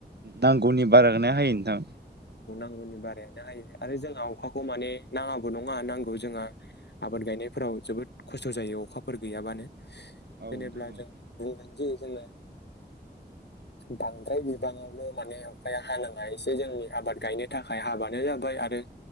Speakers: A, on the right (about 65°); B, on the left (about 70°).
A: नांगौनि बारा हायो नोंथां।
B: <unintelligible> बारायनो हायो आरो जोंहा अखाखौ माने नाङाबो नङा नांगौ जोंहा आबाद गायनायफ्राव जोबोद खस्थ' खस्थ' जायो अखाफोर गैयाबानो
A: औ
B: जेनेब्ला
A: नोंथां औ
B: जों <unintelligible> जे जोङो बांद्राय बिबाङावनो माने अखाया हानाङा एसे जोंनि आबाद गायनो थाखाय हाबानो जाबाय आरो